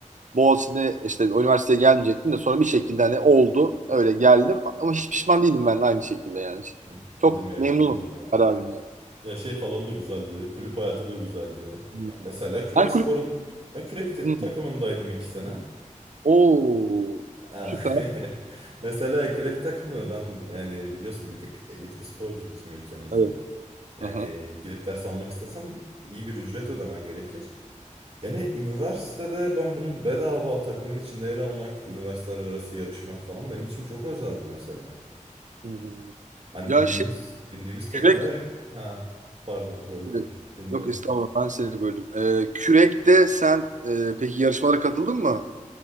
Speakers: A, on the right (about 70°); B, on the right (about 50°).
A: Boğaziçi'ne işte üniversiteye gelmeyecektim de sonra bir şekilde hani oldu. Öyle geldim ama hiç pişman değilim ben de aynı şekilde yani.
B: Hı,
A: Çok
B: Değil mi ya?
A: memnunum
B: Değil mi ya?
A: kararımdan.
B: Ya şey falan da güzeldi. Kulüp hayatı da güzeldi.
A: Hmm.
B: Ben mesela kürek
A: Sen kulüp...
B: sporun ben kürek
A: Hmm.
B: takımındaydım iki sene.
A: Oo,
B: Aa,
A: süper.
B: <laughs> Mesela kürek takımı ben yani biliyorsun bir tık elit bir spordur bizim ülkemizde.
A: Evet.
B: Yani
A: Aha.
B: gidip ders almak istesem iyi bir ücret ödemen gerekir. Yani üniversitede ben bunun bedava takımın içinde yer almak, üniversiteler arası yarışmak falan benim için çok özeldi mesela.
A: Hı hı.
B: Hani
A: Ya
B: bindiğimiz
A: şey
B: bindiğimiz tekneler
A: kürek
B: ha pardon böldüm.
A: e,
B: Dinliyorum.
A: yok estağfurullah ben seni böldüm. Ee, kürekte sen e, peki yarışmalara katıldın mı?